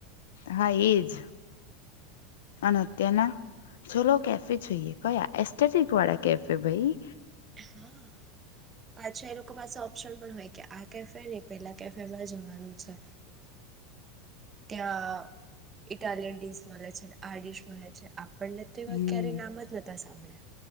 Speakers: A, on the left (about 85°); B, on the right (about 25°).
A: હા એજ અને અત્યારના ચોલો કેફે જોઈએ કયા એસ્ટેટિક વાળા કેફે ભાઈ.
B: હા પાછા એ લોકો પાસે ઓપ્શન પણ હોય કે આ કેફે ને પેલા કેફેમાં જવાનું છે. ત્યાં એક ટાલનસ માંલા છે. આડીશ મળે છે આપણને
A: હમ
B: તેવા ક્યારેય નામ જ નતા સાંભળ્યા.